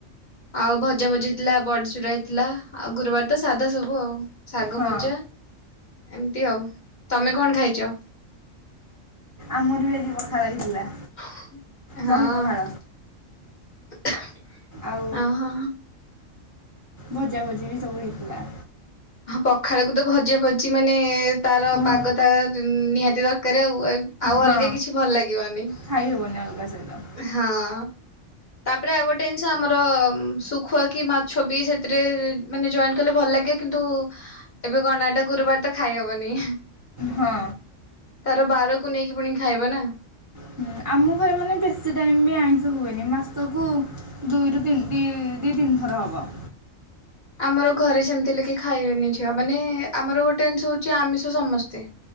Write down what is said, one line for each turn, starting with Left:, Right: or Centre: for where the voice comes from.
Left: ଆଉ ଭଜା ଭଜି ହେଇଥିଲା ବଡିଚୂୁରା ହେଇଥିଲା ଆଉ ଗୁରୁବାର ତ ସାଧା ସବୁ ଆଉ। ଶାଗଭଜା
Right: ହଁ
Left: ଏମତି ଆଉ ତମେ କଣ ଖାଇଚ?
Right: ଆମର ବି ଆଜି ପଖାଳ ହେଇଥିଲା।
Left: ହଁ।
Right: ଦହି ପଖାଳ ଆଉ।
Left: ଓହୋ।
Right: ଭଜା ଭଜି ବି ସବୁ ହେଇଥିଲା।
Left: ହଁ ପଖାଳକୁ ତ ଭଜା ଭଜି ମାନେ ତାର
Right: ନହ
Left: ପାଗ ତା ଜି ନିହାତି ଦରକାର ଆଉ ଏ ଆଉ
Right: ହଁ
Left: ଅଲଗା କିଛି ଭଲ ଲାଗିବନି।
Right: ଖାଇ ହେବନି ଆଉ କାହା ସହିତ।
Left: ହଁ। ତାପରେ ଆଉ ଗୋଟେ ଜିନିଷ ଆମର ଉଁ ଶୁଖୁଆ କି ମାଛ ବି ସେଥିରେ ଇ ମାନେ ଜଏନ୍ କଲେ ଭଲ ଲାଗେ କିନ୍ତୁ ଏବେ କଣ ନା ଟା ଗୁରୁବାର ତ ଖାଇ ହବନି।
Right: ହଁ।
Left: ତାର ବାରକୁ ନେଇକି ପୁଣି ଖାଇବ ନା।
Right: ହୁଁ, ଆମ ଘରେ ମାନେ ବେଶି ଟାଇମ୍ ବି ଆଇଁଷ ହୁଏନି ମାସକୁ ଦୁଇରୁ ତି ଦି ଦି ତିନିଥର ହବ।
Left: ଆମର ଘରେ ସେମତି ହେଲେ କେହି ଖାଇବେନି ଝିଅ ମାନେ ଆମର ଗୋଟେ ଜିନିଷ ହଉଚି ଆମିଷ ସମସ୍ତେ।